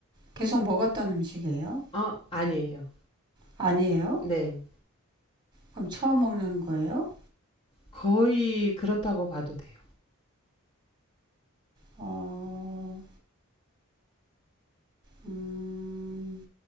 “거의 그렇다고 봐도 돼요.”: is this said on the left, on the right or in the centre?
Left